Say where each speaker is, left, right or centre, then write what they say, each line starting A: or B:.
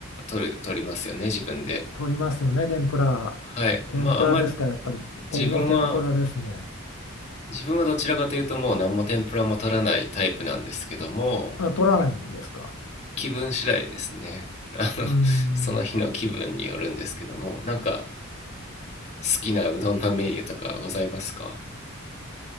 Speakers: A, on the left (about 30°); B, on the left (about 80°).
A: 取る、取りますよね、自分で。
B: 取りますよね、天ぷら。
A: はい。
B: 天ぷらですか、
A: まあ、あんま、
B: やっぱり。僕も天ぷらですね。
A: 自分は、自分はどちらかというと、もう何も天ぷらも取らないタイプなんですけども、
B: あ、取らないんですか。
A: 気分次第ですね。あの、
B: うーん。
A: <laughs> その日の気分によるんですけども、なんか、好きなうどんのメニューとかございますか